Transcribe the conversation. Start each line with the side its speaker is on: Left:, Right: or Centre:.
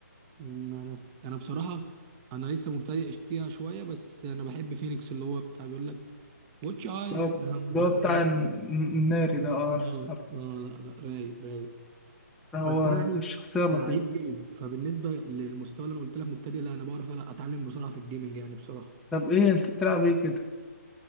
Right: مم، انا انا بصراحه انا لسه مبتدئ فيها شويه بس انا بحب فينيكس اللي هو بتاع بيقول لك واتش ايس
Centre: اللي هو
Right: <laughs>
Centre: اللي هو
Right: رايق
Centre: بتاع الن-
Right: أوي.
Centre: الناري ده آه،
Right: لا
Centre: عارف
Right: آه،
Centre: عارف.
Right: لا لا رايق رايق
Centre: ده هو
Right: بس انا يعني
Centre: الشخصية اللطيفة
Right: لعيب جيمنج فبالنسبه للمستوى اللي انا قلت لك مبتدئ لا انا بعرف ألع- اتعلم بسرعه في الجيمنج يعني بصراحه
Centre: طب ايه انت بتلعب ايه كده